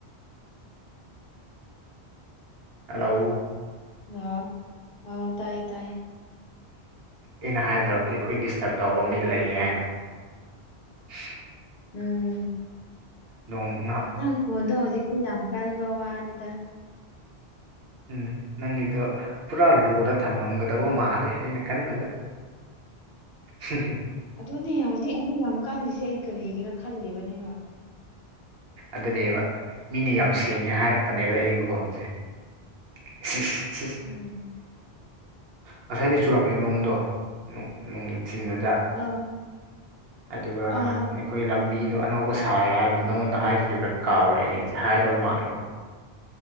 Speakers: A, on the right; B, on the left.
A: ꯍꯜꯂꯣ
B: ꯑ ꯍꯥꯎ ꯇꯥꯏ ꯇꯥꯏ
A: ꯑꯩꯅ ꯍꯥꯏꯗ꯭ꯔꯣ ꯑꯩꯈꯣꯏ ꯗꯤꯁꯇꯔꯕ ꯇꯧꯕ ꯑꯃ ꯂꯩꯌꯦ ꯍꯥꯏꯅ <inaudible>
B: ꯎꯝ
A: ꯅꯣꯡ ꯉꯍꯥꯛ
B: ꯅꯪ ꯈꯣꯟꯗꯣ ꯍꯧꯖꯤꯛꯇꯤ ꯌꯥꯝ ꯀꯟꯕ ꯋꯥꯅꯤꯗ
A: ꯎꯝ ꯅꯪꯒꯤꯗꯣ ꯄꯨꯔꯥ ꯂꯨꯔ ꯊꯝꯃꯝꯒꯗꯕ ꯃꯥꯜꯂꯦ ꯑꯩꯅ ꯈꯟꯕꯗ ꯍ ꯍ
B: ꯑꯗꯨꯅꯦ ꯍꯧꯖꯤꯛ ꯑꯃ ꯌꯥꯝ ꯀꯜꯂꯤꯁꯦ ꯑꯩ ꯀꯔꯤꯒꯤꯔꯥ ꯈꯜꯂꯤꯕꯅꯦꯕ
A: ꯑꯗꯨꯅꯦꯕ ꯃꯤꯅ ꯌꯥꯝ ꯁꯦꯡꯉꯦ ꯍꯥꯏꯔꯛꯄꯅꯦꯕ ꯑꯩꯒꯤ ꯈꯣꯟꯁꯦ <unintelligible>
B: ꯎꯝ
A: ꯉꯁꯥꯏꯗꯤ ꯆꯨꯔꯝꯃꯦ ꯅꯨꯡꯗꯣ ꯅꯨꯡꯊꯤꯟꯗꯨꯗ
B: ꯑꯥ
A: ꯍꯥꯏꯗꯨꯒ
B: ꯑꯥ
A: ꯑꯩꯈꯣꯏ ꯂꯝꯕꯤꯗꯣ ꯑꯅꯧꯕ ꯁꯥꯏ ꯍꯥꯏꯕꯗ ꯅꯪꯉꯣꯟꯗ ꯍꯥꯏꯈꯤꯕ꯭ꯔꯥ ꯀꯥꯎꯔꯦꯅꯦ ꯑꯩꯁꯦ ꯍꯥꯏꯗꯕ ꯃꯥꯜꯂꯦꯀꯣ